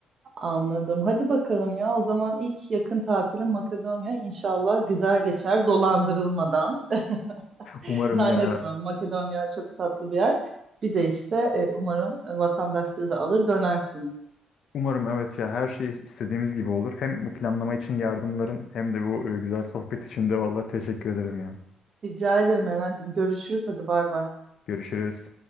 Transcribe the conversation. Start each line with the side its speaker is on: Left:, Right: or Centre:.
Right: anladım. Hadi bakalım ya. O zaman ilk yakın tatilim Makedonya İnşallah güzel geçer dolandırılmadan. <laughs>
Left: Umarım
Right: Zannetmiyorum.
Left: ya,
Right: Makedonya çok tatlı bir yer. Bir de işte e, umarım e, vatandaşlığı da alır dönersin.
Left: umarım evet ya her şey istediğimiz gibi olur. Hem bu planlama için yardımların hem de bu e, güzel sohbet için de vallahi teşekkür ederim ya.
Right: Rica ederim Eren'cim. Görüşürüz. Hadi bay bay.
Left: Görüşürüz.